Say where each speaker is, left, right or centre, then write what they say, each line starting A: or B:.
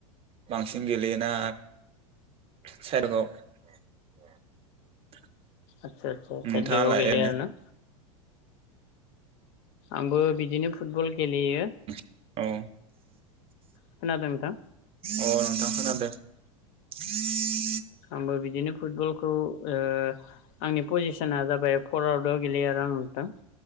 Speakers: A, on the right (about 30°); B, on the left (about 55°).
A: बांसिन गेलेयो ना साइद <unintelligible>
B: आतसा आतसा साइद
A: नोंथाङालाय
B: बेगाव गेलेयो
A: ओरैनो
B: आरो ना? आंबो बिदिनो फुटबल गेलेयो।
A: ओ
B: खोनादों नोंथां
A: अ नोंथां खोनादो। <inaudible>
B: आंबो बिदिनो फुटबलखौ ओ आंनि पजि सना जाबाय फरवार्दाव गेलेयो आरो आं नोंथां।